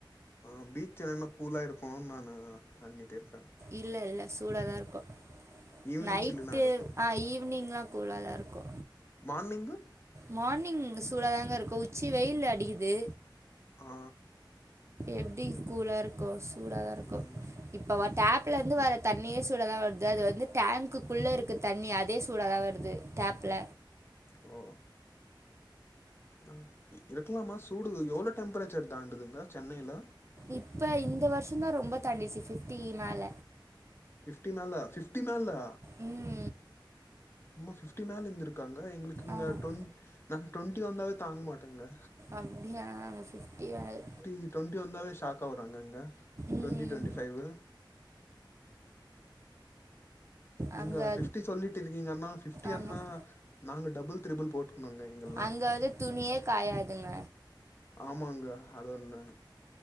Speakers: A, on the left (about 30°); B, on the right (about 35°).
A: ஆ பீச் என்னென்னா கூலா இருக்குனு நானு அண்ணிடெ இருக்க
B: இல்ல இல்ல சூடா தா இருக்கு
A: ஈவினிங்
B: நைட்டு
A: சில்லுனா இருக்கும்
B: ஆ ஈவினிங்கா கூலா தா இருக்கு
A: மார்னிங்கு
B: மார்னிங் இங்க சூடாதாங்க இருக்கோ உச்சி வெயில் அடிக்குது
A: ஆ
B: எப்டி கூலா இருக்கோ சூடா தா இருக்கோ
A: ம்
B: இப்போவ
A: ம்
B: டேப் டேப்லருந்து வர தண்ணியே சூடா தா வருது அது வந்து கேன்குக்குள்ள இருக்க தண்ணி அதே சூடா தா வருது டேப்ல
A: ஓ ஆ இருக் இருக்கலாமா சூடு எவ்ளோ டெம்பரேச்சர் தாண்டுதுங்க சென்னைல்ல
B: இப்ப இந்த வருஷோ தா ரொம்ப தாண்ணிடுச்சு ஃபிஃப்டி னால
A: ஃபிஃப்டி மேலா பிஃப்டி மேலா
B: ம்
A: ஓ ஃபிஃப்டி மேல இருந்துருக்காங்க எங்களுக்கு இங்கே
B: ஆமாம்
A: டொண்டி நாங்க ட்டொண்ட்டி வந்தாலே தாங்க மாட்டேங்க
B: அப்டிய பிஃப்டி வராது
A: ‌இங் டுவெண்டி வந்தாலே ஷாக்கா ஆவுராங்க இங்க
B: ம்
A: டெண்ட்டி டெவெண்டி ஃபைவு நீங்க
B: அங்கே
A: பிஃப்டி சொல்லிட்டு இருக்கீங்காமா பிஃப்டி
B: ஆமாம்
A: என்னா நாங்க டபுள் டிரிபள் போட்டுக்னோ எங்கள்க்
B: அங்க வந்து துணியே காயாதுல்ல
A: ஆமாங்க அது ஓன்னு